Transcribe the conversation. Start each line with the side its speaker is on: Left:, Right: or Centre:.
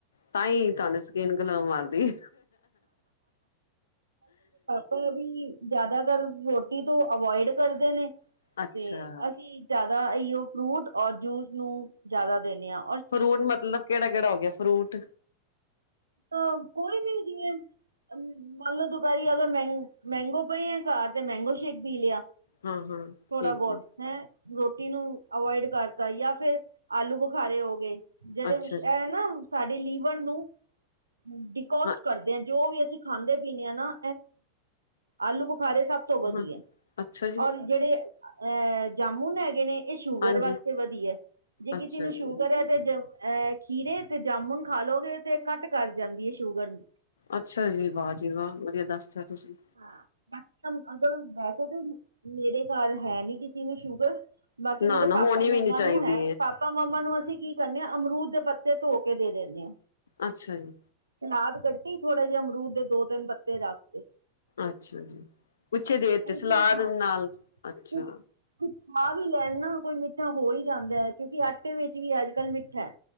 Left: ਤਾਂ ਈ ਤੁਹਾਨ ਸਕੀਨ ਗਲੋ ਮਾਰਦੀ
Right: ਆਪਾਂ ਵੀ ਜਿਆਦਾਤਰ ਰੋਟੀ ਤੋਂ ਅਵੋਇਡ ਕਰਦੇ ਨੇ
Left: ਅੱਛਾ।
Right: ਤੇ ਅਸੀਂ ਜ਼ਿਆਦਾ ਐਓਂ ਫਰੂਟ ਔਰ ਜੂਸ ਨੂੰ ਜ਼ਿਆਦਾ ਦੇਿੰਨੇ ਆ
Left: ਫਰੂਟ ਮਤਲਬ ਕੇੜਾ ਕੇੜਾ ਹੋ ਗਿਆ ਫਰੂਟ
Right: ਤਾ ਕੋਈ ਵੀ ਜਿਵੇਂ ਮੰਨ ਲਓ ਦੁਪਹਿਰੀ ਅਗਰ ਮਹਿੰ ਮਹਿੰਗੋ ਪਏ ਹੈ ਘਰ ਤੇ ਮਹਿੰਗੋ ਸ਼ੇਕ ਪੀ ਲਿਆ
Left: ਹਾਂ-ਹਾਂ
Right: ਥੋਰਾ
Left: ਠੀਕ
Right: ਬਹੁਤ
Left: ਹੈ
Right: ਹੈਂ ਰੋਟੀ ਨੂੰ ਅਵੋਇਡ ਕਰਤਾ ਜਾਂ ਫਿਰ ਆਲੂ ਬੁਖਾਰੇ ਹੋ ਗਏ ਜਿਹੜੇ
Left: ਅੱਛਾ ਜੀ।
Right: ਇਹ ਨਾ ਸਾਡੀ ਲੀਵਨ ਨੂੰ ਡਿਕੋਸਟ
Left: ਹਾਂ,
Right: ਕਰਦੇ ਹ ਜੋ ਵੀ ਅਸੀਂ ਖਾਂਦੇ ਪੀਦੇ ਹਾਂ ਨਾ ਆਲੂ ਬੁਖਾਰੇ ਸਭ ਤੋਂ ਵਧੀਆ
Left: ਹਾਂ ਅੱਛਾ ਜੀ
Right: ਔਰ ਜਿਹੜੇ ਅਹ ਜਾਮੁਨ ਹੈਗੇ ਨੇ, ਇਹ ਸ਼ੂਗਰ
Left: ਹਾਂਜੀ
Right: ਵਾਸਤੇ ਵਧੀਆ ਜੇ ਕਿਸੇ
Left: ਅੱਛਾ
Right: ਨੂੰ
Left: ਜੀ।
Right: ਸ਼ੂਗਰ ਹੈ। ਤੇ ਜ ਅਹ ਖੀਰੇ ਤੇ ਜਾਮੁਨ ਖਾਾਲੋਗੇ ਤੇ ਘੱਟ ਕਰ ਜਾਂਦੀ ਹੈ ਸ਼ੂਗਰ ਨੂੰ
Left: ਅੱਛਾ ਜੀ ਵਾਹ ਜੀ ਵਾਹ ਵਧੀਆ ਦੱਸ ਤਾਂ ਤੁਸੀਂ
Right: ਹਾਂ ਬਾਕੀ ਅਗਰ ਵੈਸੇ ਤਾਂ ਮੇਰੇ ਘਰ ਹੈ ਨੀ ਕਿ ਇੰਨੀ ਸ਼ੂਗਰ ਬਾਕੀ
Left: ਨਾ-ਨਾ
Right: ਮੇਰੇ ਪਾਪਾ
Left: ਹੋਣੀ ਵੀ
Right: ਮਾਮਾ
Left: ਨੀ ਚਾਹੀਦੀ
Right: ਨੂੰ ਹੈ ਪਾਪਾ ਮਾਮਾ ਨੂੰ ਅਸੀਂ ਕੀ, ਕਰਨੇ ਹਾਂ ਅਮਰੂਦ ਦੇ ਪੱਤੇ ਧੋ ਕੇ ਦੇ ਦਿੰਦੇ ਆ।
Left: ਅੱਛਾ ਜੀ,
Right: ਸਲਾਦ ਕੱਟੀ ਥੋੜਾ ਜਿਹੇ ਅਮਰੂਦ ਦੇ ਦੋ ਤਿੰਨ ਪੱਤੇ ਰੱਖਤੇ
Left: ਅੱਛਾ ਜੀ ਵਿੱਚ ਦੇ ਤੇ ਸਲਾਦ
Right: ਚਾਂਸ ਹਾਂ
Left: ਨਾਲ ਅੱਛਾ
Right: ਕੁਛ ਖਾ ਵੀ ਲੈਣ ਨਾ ਕੋਈ ਮਿੱਠਾ ਹੋ ਹੀ ਜਾਂਦਾ ਹੈ ਕਿਉਂਕਿ ਆਟੇ ਵਿੱਚ ਵੀ ਅੱਜ ਕੱਲ੍ਹ ਮਿੱਠਾ ਹੈ